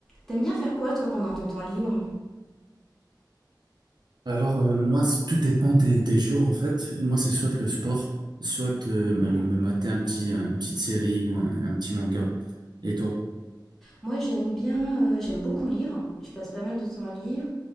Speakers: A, in the centre; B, on the right.
A: T'aimes bien faire quoi toi pendant ton temps libre
B: Alors, euh, moi, c- tout dépend des, des jours, en fait. Moi, c'est soit le sport, soit euh, me,
A: Ouais.
B: me mater un petit, un- une petite série ou un, un petit manga. Et toi?
A: Moi j'aime bien, euh, j'aime beaucoup lire. Je passe pas mal de temps à lire.